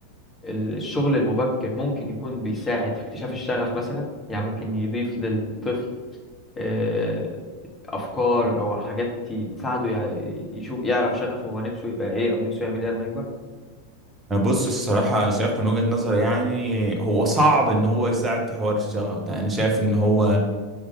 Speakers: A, on the left; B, on the right.
A: ال- الشغل المبكر ممكن يكون بيساعد في اكتشاف الشغف مثلا يعني ممكن يضيف للطفل آه، افكار او حاجات ت- تساعده يع- يشوف يعرف شغفه هو نفسه يبقى ايه او نفسه يعمل ايه لما يكبر
B: بص الصراحة شايف من وجهة نظري يعني هو صعب ان هو يساعد في حوار الشغف ده انا شايف ان هو